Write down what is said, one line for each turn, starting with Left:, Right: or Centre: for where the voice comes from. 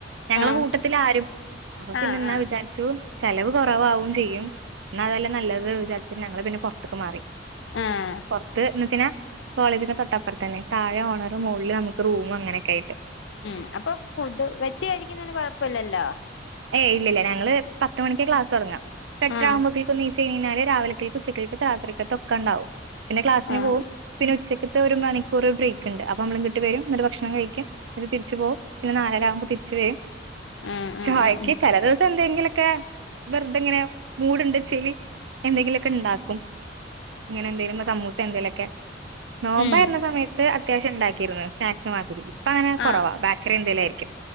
Right: ഞങ്ങളെ
Left: ആഹ്
Right: കൂട്ടത്തിലാരും അപ്പൊ പിന്നെ
Left: ആഹ്
Right: എന്നാ
Left: ആഹ്
Right: വിചാരിച്ച ചു ചെലവ് കൊറവാവും ചെയ്യും എന്ന അതല്ലെ നല്ലത് വിചാരിച്ചിട്ട് ഞങ്ങള് പിന്നെ പോർത്ക്ക് മാറി
Left: ആഹ്
Right: പൊത്ത് എന്ന് വച്ചാഞ കോളേജിന്റെ തൊട്ടപ്പുറതന്നെ താഴെ ഓണർ മോളിൽ നമുക്ക് റൂമും അങ്ങനെൊക്കെയി
Left: ഉം അപ്പൊ ഫുഡ് വെച്ച് കഴിക്കുന്നതിന് കൊഴപ്പില്ലല്ലോ
Right: ഏയ് ഇല്ല ഇല്ല ഞങ്ങള് പത്ത് മണിക്ക് ക്ലാസ് തുടങ്ങ എട്ടാറാവുമ്പോതേക്
Left: ആഹ്
Right: നീച്ച് കഴിഞ്ഞാൽ രാവിലക്കക്ക് ഉച്ചക്കക്ക് രാത്രിരിക്കത്തെ ഒക്കെ ഇണ്ടാവും പിന്നെ ക്ലാസ്സിന്
Left: ആഹ്
Right: പോവും പിന്നെ ഉച്ചയ്ക്ക്ത്തെ ഒരു മണിക്കൂർ ബ്രേക്ക് ഉണ്ട് അപ്പൊ നമ്മളും ഇങ്ങട്ട് വരും എന്നിട്ട് ഭക്ഷണം കഴിക്കും തിരിച് പോവും പിന്നെ നാലര ആകുമ്പോ തിരിച്ചു വരും
Left: ഉം ഉം
Right: ചായക്ക്
Left: ഉം ഉം
Right: ചെല ദിവസം എന്തെങ്കിലൊക്കെ വെറുതെങ്ങനെ മൂട് ഉണ്ട്ചെൽ എന്തെങ്കിലുക്കെണ്ടാക്കും ഇങ്ങനെ എന്തെങ്കിലും സമൂസ എന്തെങ്ങ്കിലുക്കെ നോമ്പായിരുന്ന
Left: ഉം
Right: സമയത്ത് അത്യാവശ്യം ഉണ്ടാക്കിയിരുന്നു സ്നാക്സ് മാതിരി ഇപ്പ അങ്ങനെ കൊറവാ
Left: ആഹ്
Right: ബാക്കറി എന്തെങ്കിലായിരിക്കും